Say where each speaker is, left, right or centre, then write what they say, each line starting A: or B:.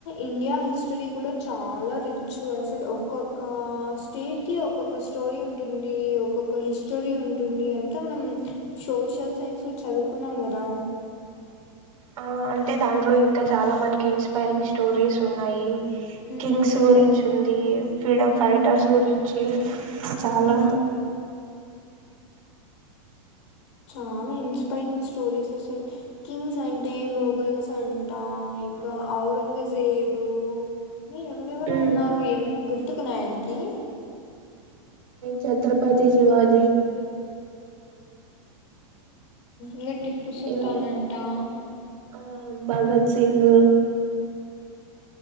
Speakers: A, on the left; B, on the right.
A: ఇండియా హిస్టరీ కూడా చాలా రిచ్ అసలు ఒక్కొక్క స్టేట్ కి ఒక్కొక్క స్టోరీ ఉంటుంది ఒక్కొక్క హిస్టరీ ఉంటుంది అంతా మనం సోషల్ సైన్స్ లో చదువుకున్నాం కదా
B: ఆ అంటే దాంట్లో ఇం కా చాలా మనకి ఇన్స్పైరిగ్ స్టోరీస్ ఉన్నాయి
A: హ్మ్
B: కింగ్స్ గురించి ఉంది ఫ్రీడమ్
A: హ్మ్
B: ఫైటర్స్ గురించి చాలా
A: హ్మ్ చాలా ఇన్స్పైరింగ్ స్టోరీస్ అసలు కింగ్స్ అంటే మొగల్స్ అంటా ఇంకా ఔరంగజేబు మీ ఎవరెవరో
B: ఉమ్
A: ఉన్నారు ఏమైనా గుర్ తుకున్నాయనికి
B: ఛత్రపతి శివాజ
A: ఇకా టిప్పు సుల్తాన్
B: ఇంకా
A: అంటా
B: ఆ భగత్ సింగ్